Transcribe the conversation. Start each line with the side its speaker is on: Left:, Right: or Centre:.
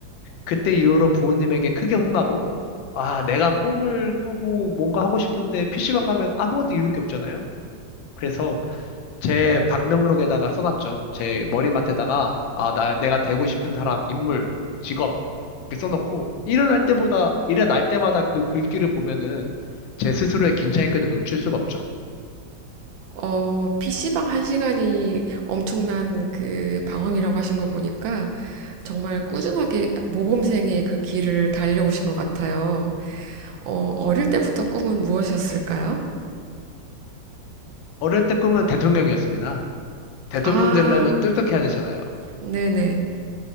Left: 그때 이후로 부모님에게 크게 혼나고, 아, 내가 꿈을 꾸고 뭔가 하고 싶은데 PC방 가면 아무것도 이룰 게 없잖아요? 그래서 제 방명록에다가 써놨죠. 제 머리맡에다가, 아, 나, 내가 되고 싶은 사람, 인물, 직업, 이렇게 써놓고, 일어날 때보다, 일어날 때마다 그 글귀를 보면은 제 스스로의 긴장의 끈을 놓칠 수가 없죠.
Right: 어, PC방 한 시간이 엄청난 그 방황이라고 하신 거 보니까 정말 꾸준하게 모범생의 그 길을 달려오신 것 같아요. 어, 어릴 때부터 꿈은 무엇이었을까요?
Left: 어릴 때 꿈은 대통령이었습니다. 대통령
Right: 아,
Left: 되려면 똑똑해야 되잖아요.
Right: 네네.